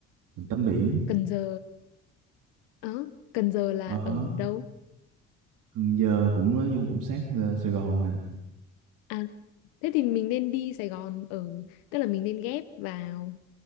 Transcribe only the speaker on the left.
Cần Giờ, ờ, Cần Giờ là
ở đâu?
À, thế thì mình nên đi Sài Gòn ở, tức là mình nên ghép vào,